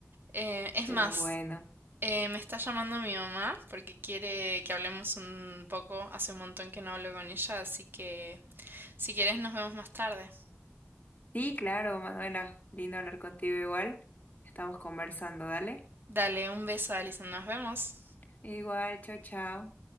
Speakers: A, on the right; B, on the left.
A: Eh, es
B: Pero
A: más,
B: bueno.
A: eh, me está llamando mi mamá porque quiere que hablemos un poco, hace un montón que no hablo con ella, así que Si quieres, nos vemos más tarde.
B: Sí, claro, Manuela. Lindo hablar contigo igual. Estamos conversando, dale.
A: Dale un beso, Alison. Nos vemos.
B: Igual, chao, chao.